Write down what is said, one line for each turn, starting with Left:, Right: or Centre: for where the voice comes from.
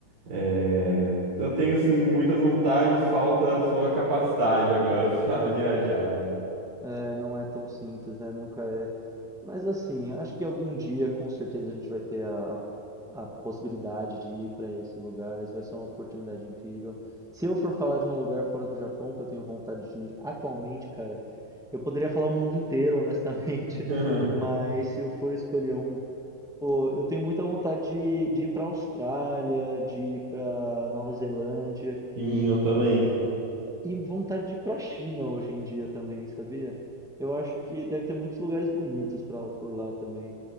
Right: É, eu tenho assim muitas vontades, falta só a capacidade agora <laughs> para viajar, né?
Centre: É, não é tão simples, né? Nunca é. Mas assim, acho que algum dia com certeza a gente vai ter a, a possibilidade de ir para esses lugares. Vai ser uma oportunidade incrível. Se eu for falar de um lugar fora do Japão que eu tenho vontade de ir atualmente, cara, eu poderia falar o mundo inteiro, honestamente.
Right: <laughs>
Centre: <laughs> Mas se eu for escolher um, pô, eu tenho muita vontade de, de ir para Austrália, de ir para Nova Zelândia.
Right: Sim, eu também.
Centre: E vontade de ir pra China hoje em dia também, sabia? Eu acho que deve ter muitos lugares bonitos pra, por lá também.